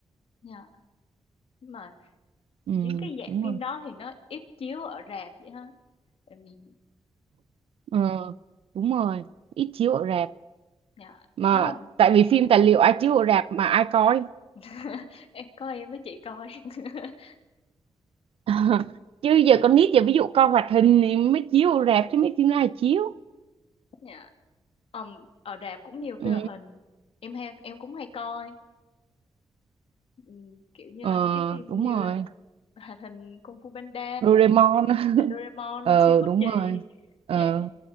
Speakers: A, on the left; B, on the right.
A: dạ mà
B: ừ
A: những cái dạng
B: đúng
A: phim
B: rồi
A: đó thì nó ít chiếu ở rạp vậy ha Tại vì-
B: Ờ, đúng rồi, ít chiếu ở rạp
A: dạ
B: mà
A: nếu mà
B: tại vì phim tài liệu ai chiếu ở rạp mà ai coi.
A: <laughs> em có em với chị coi <laughs>
B: <laughs> Chứ giờ con nít giờ ví dụ coi hoạt hình thì mới chiếu ở rạp chứ mấy phim ai chiếu.
A: dạ Ờm, ở rạp cũng nhiều
B: Ừ.
A: phim hoạt hình em hay em cũng hay coi Ừm, kiểu như
B: Ờ,
A: là mấy cái phim
B: đúng
A: như
B: rồi.
A: là hoạt hình Kung Fu Panda
B: Doraemon. <laughs>
A: The Doraemon
B: Ờ,
A: Shin Bút
B: đúng
A: Chì
B: rồi. Ờ,
A: dạ